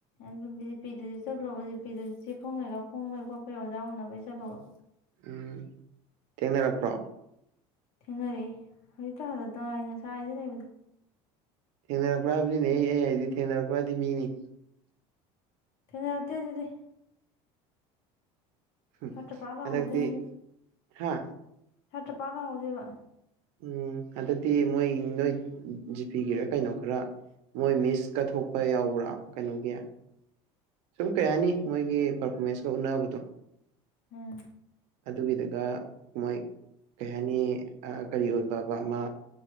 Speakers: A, on the left; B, on the right.
A: ꯑꯗꯨ ꯖꯤ ꯄꯤ ꯗꯁꯨ ꯆꯠꯂꯨꯕ ꯖꯤ ꯄꯤꯗꯁꯨ ꯆꯦ ꯐꯣꯡ ꯂꯣꯏꯔꯒ ꯐꯣꯡꯕꯩ ꯈꯣꯠꯄꯩ ꯑꯣꯖꯥ ꯎꯅꯕꯩ ꯆꯠꯂꯨꯕ
B: ꯎꯝ ꯊꯦꯡꯅꯔꯛꯄ꯭ꯔꯣ
A: ꯊꯦꯡꯅꯔꯛꯑꯦ ꯍꯧꯖꯤꯛꯇ ꯍꯜꯂꯛꯇ ꯉꯥꯏꯔꯤ ꯉꯁꯥꯏꯗꯩ ꯂꯩꯕꯅꯤ
B: ꯊꯦꯡꯅꯔꯛꯄ꯭ꯔꯥ ꯍꯥꯏꯕꯅꯤꯅꯦ ꯑꯩ ꯍꯥꯏꯗꯤ ꯊꯦꯡꯅꯔꯛꯄ꯭ꯔꯥ ꯍꯥꯏꯗꯤ ꯃꯤꯅꯤ
A: ꯊꯦꯡꯅꯔꯛꯇꯦ ꯑꯗꯨꯗꯤ
B: ꯍꯝ
A: ꯁꯥꯇ꯭ꯔ ꯄꯥꯛ ꯂꯥꯛꯍꯧꯗꯦ
B: ꯍꯟꯗꯛꯇꯤ
A: ꯉꯁꯤ
B: ꯍꯥ
A: ꯁꯥꯇ꯭ꯔ ꯄꯥꯛ ꯂꯥꯛꯍꯧꯗꯦꯕ
B: ꯎꯝ ꯍꯟꯗꯛꯇꯤ ꯃꯣꯏ ꯅꯣꯏ ꯖꯤꯄꯤ ꯒꯤꯔ ꯀꯩꯅꯣ ꯈꯔ ꯃꯣꯏ ꯃꯤꯁ ꯀ ꯊꯣꯛꯄ ꯌꯥꯎꯕ꯭ꯔꯥ ꯀꯩꯅꯣꯒꯤ ꯁꯨꯝ ꯀꯩꯍꯥꯏꯅꯤ ꯃꯣꯏꯒꯤ ꯄꯔꯐꯣꯃꯦꯟꯁꯀ ꯎꯠꯅꯕꯗꯣ
A: ꯎꯝ
B: ꯑꯗꯨꯒꯤꯗꯒ ꯃꯣꯏ ꯀꯩ ꯍꯥꯏꯅꯤ ꯀꯔꯤ ꯑꯣꯏꯕꯕ ꯑꯃ